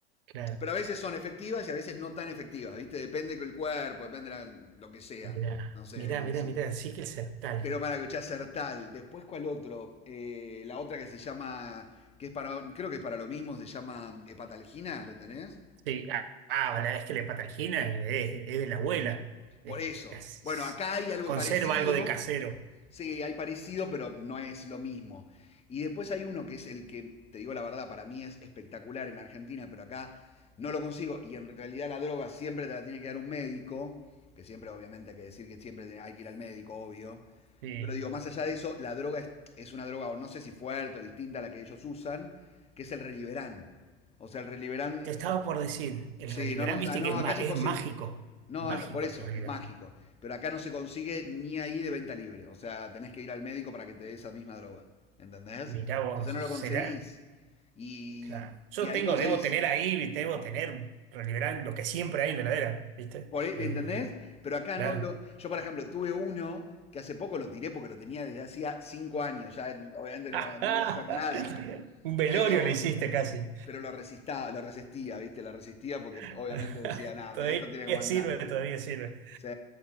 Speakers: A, on the right; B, on the left.
A: claro.
B: Pero a veces son efectivas y a veces no tan efectivas, ¿viste? Depende del cuerpo, depende de la- lo que sea,
A: Mirá,
B: no sé,
A: mirá,
B: de medicina.
A: mirá, mirá, sí que el Sertal.
B: Pero para escuchar Sertal, después cuál otro, Eh, la otra que se llama, que es para, creo que es para lo mismo, se llama Hepatalgina, ¿lo tenés?
A: Sí, ah, ah, la- es que la patagina, es, es de la abuela. Es-
B: Por eso.
A: es-
B: Bueno, acá hay algo
A: conserva
B: parecido,
A: algo de casero.
B: sí, hay parecido, pero no es lo mismo. Y después hay uno que es el que, te digo la verdad, para mí es espectacular en Argentina, pero acá no lo consigo. Y en realidad la droga siempre te la tiene que dar un médico, que siempre obviamente hay que decir que siempre hay que ir al médico, obvio.
A: Sí.
B: Pero digo, más allá de eso, la droga es, es una droga, o no sé si fuerte o distinta a la que ellos usan, que es el reliberán. O sea, el reliberán.
A: Te estaba por decir, el
B: Sí,
A: Reliberán,
B: no, no,
A: viste
B: ah, no,
A: que es,
B: acá
A: ma-
B: es
A: es
B: imposible.
A: mágico.
B: No,
A: Mágico
B: por eso,
A: el Reliberán.
B: es mágico. Pero acá no se consigue ni ahí de venta libre. O sea, tenés que ir al médico para que te dé esa misma droga. ¿Entendés?
A: Mirá vos,
B: Entonces no lo conseguís.
A: será.
B: Y,
A: Claro. Yo
B: y ahí
A: tengo,
B: conseguís.
A: debo tener ahí, debo tener Reliberán, lo que siempre hay en la heladera, ¿viste?
B: Por, ¿Entendés?
A: Eh,
B: Pero acá
A: claro.
B: no lo. Yo, por ejemplo, tuve uno que hace poco lo tiré porque lo tenía desde hacía cinco años. Ya obviamente no,
A: <laughs>
B: no me iba a hacer nada.
A: Un velorio
B: pero,
A: le hiciste casi.
B: pero lo resistía, lo resistía, ¿viste? Lo resistía porque
A: <laughs>
B: obviamente decía, nada,
A: Todavía
B: esto tiene que aguantar.
A: sirve, todavía sirve.
B: Sí,